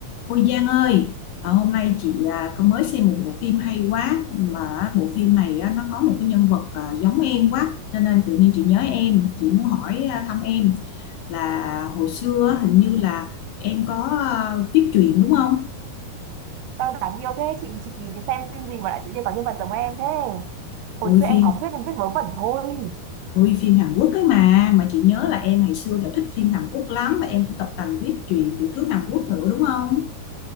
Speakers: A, on the left; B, on the right.
A: Ôi Giang ơi, ờ, hôm nay chị à, có mới xem một bộ phim hay quá mà bộ phim này á, nó có một cái nhân vật à, giống em quá cho nên tự nhiên chị nhớ em, chị muốn hỏi à, thăm em là hồi xưa á, hình như là em có à, viết truyện đúng không?
B: Tao đáng yêu thế chị chị nhìn xem phim gì mà lại tự nhiên có nhân vật giống em thế hồi
A: Ôi
B: xưa em
A: phim,
B: có viết em viết vớ vẩn thôi
A: ôi phim Hàn Quốc ấy mà mà chị nhớ là em ngày xưa là thích phim Hàn Quốc lắm và em cũng tập tành viết truyện tiểu thuyết Hàn Quốc nữa đúng không?